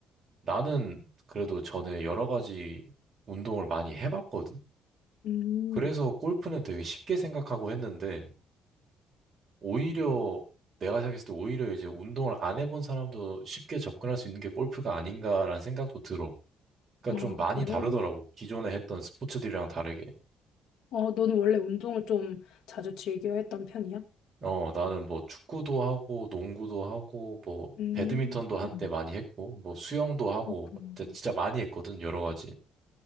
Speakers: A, on the right (about 30°); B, on the left (about 85°).
A: 나는 그래도 전에 여러 가지 운동을 많이 해봤거든.
B: 음,
A: 그래서 골프는 되게 쉽게 생각하고 했는데, 오히려 내가 생각했을 때 오히려 이제 운동을 안 해본 사람도 쉽게 접근할 수 있는 게 골프가 아닌가라는 생각도 들어. 그러니까
B: 아,
A: 좀 많이
B: 그래.
A: 다르더라고. 기존에 했던 스포츠들이랑 다르게.
B: 어, 너는 원래 운동을 좀 자주 즐겨 했던 편이야?
A: 어, 나는 뭐 축구도 하고, 농구도 하고, 뭐,
B: 음,
A: 배드민턴도 한때
B: 음,
A: 많이 했고, 뭐, 수영도 하고,
B: 그렇구나.
A: 뭐 진짜 진짜 많이 했거든, 여러 가지.